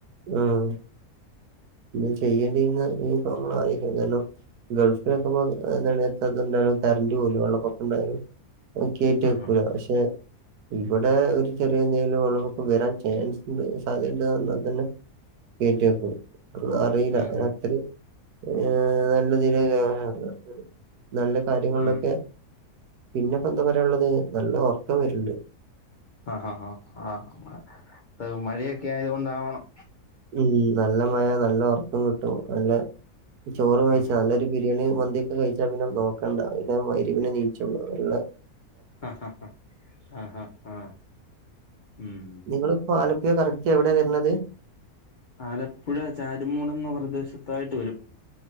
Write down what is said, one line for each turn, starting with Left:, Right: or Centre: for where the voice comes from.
Right: ഉം ഇത് ചെയ്യേണ്ടിരുന്ന ഇനിയിപ്പം നമ്മള് അയക്കണ്ടാലോ? ഗൾഫിലൊക്കെ ഇപ്പോ എന്താണ് എത്താത്തോണ്ടാണ് കറ്ണ്ട് പോലും വെള്ളപ്പൊക്കംണ്ടയാൽ ഓ കേറ്റി വയ്ക്കൂല
Left: ആഹ്
Right: പക്ഷെ ഇവിടെ ഒരു ചെറിയ എന്തെങ്കിലും വെളളപ്പൊക്കം വരാൻ ചാൻസിണ്ട് സാധ്യത ഇണ്ട് വന്നാ തന്നെ കേറ്റിവയ്ക്കും അറിയില്ല
Left: ഉം
Right: അനോത്തിരി
Left: ഉം
Right: ഏ നല്ല തീരുമാനം ആയേ ഒള്ള് എന്നാലും നല്ല കാര്യങ്ങളിലൊക്കെ
Left: ഉം
Right: പിന്നെ ഇപ്പോ എന്താ പറയാനുള്ളത് നല്ല ഉറക്കം വരുണ്ട്
Left: ആഹ ഹ ഹ മഴയൊക്കെ ആയത് കൊണ്ടാവണം
Right: ഉം നല്ല മഴ നല്ല ഉറക്കം കിട്ടും നല്ല ചോറ് കഴിച്ച
Left: ആഹാ
Right: നല്ലൊരു ബിരിയാണി മന്തിയൊക്കെ കഴിച്ചാ പിന്നെ നോക്കണ്ടാ പിന്നെ മഗ്രിബിന നീച്ചുള്ളു
Left: ആ ഹ ഹ ആഹ ആ ഉം
Right: നിങ്ങളിപ്പോ ആലപ്പുഴ കറക്റ്റ് എവിടെയാ വരണത്
Left: ആലപ്പുഴ ചാരുമൂട് എന്ന പ്രദേശത്തായിട്ട് വരും